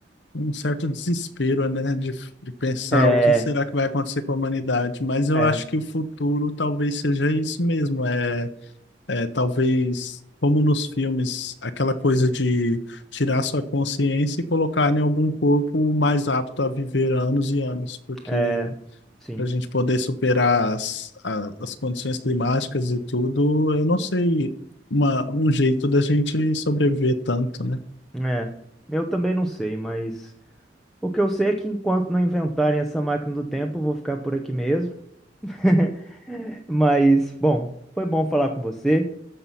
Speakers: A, on the left; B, in the centre.
A: um certo desespero, né? De, de pensar
B: É,
A: o que será que vai acontecer com a humanidade. Mas eu
B: é.
A: acho que o futuro talvez seja isso mesmo. É, é talvez, como nos filmes, aquela coisa de tirar sua consciência e colocar em algum corpo mais apto a viver anos e anos, porque
B: É, sim.
A: para a gente poder superar as, a- as condições climáticas e tudo, eu não sei uma, um jeito da gente sobreviver tanto, né?
B: É. Eu também não sei, mas o que eu sei é que enquanto não inventarem essa máquina do tempo, eu vou ficar por aqui mesmo. <laughs> Mas, bom, foi bom falar com você.